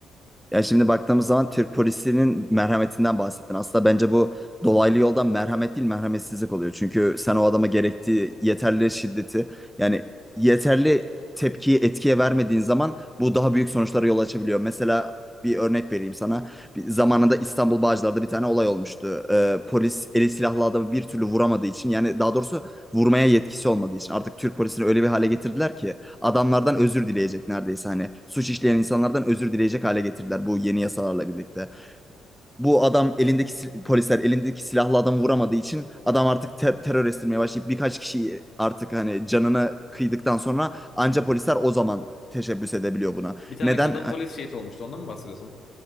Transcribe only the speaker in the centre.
Ya şimdi baktığımız zaman Türk polisinin merhametinden bahsettin. Aslında bence bu dolaylı yoldan merhamet değil merhametsizlik oluyor. Çünkü sen o adama gerektiği yeterli şiddeti yani yeterli tepkiyi etkiye vermediğin zaman bu daha büyük sonuçlara yol açabiliyor. Mesela bir örnek vereyim sana. Bir, zamanında İstanbul Bağcılar'da bir tane olay olmuştu. Ee, polis eli silahlı adamı bir türlü vuramadığı için yani daha doğrusu vurmaya yetkisi olmadığı için artık Türk polisini öyle bir hale getirdiler ki adamlardan özür dileyecek neredeyse hani suç işleyen insanlardan özür dileyecek hale getirdiler bu yeni yasalarla birlikte. Bu adam elindeki sil- polisler elindeki silahlı adamı vuramadığı için adam artık ter- terör estirmeye başlayıp birkaç kişiyi artık hani canını kıydıktan sonra anca polisler o zaman teşebbüs edebiliyor buna.
Neden?